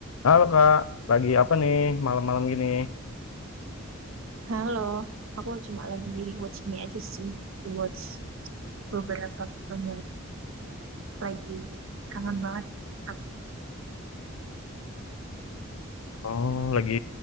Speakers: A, on the left; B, on the right.
A: Halo Kak, lagi apa nih malam-malam gini?
B: Halo, aku cuma lagi di rewatch ini aja sih, rewatch beberapa film yang lagi kangen banget. Aku
A: Oh, lagi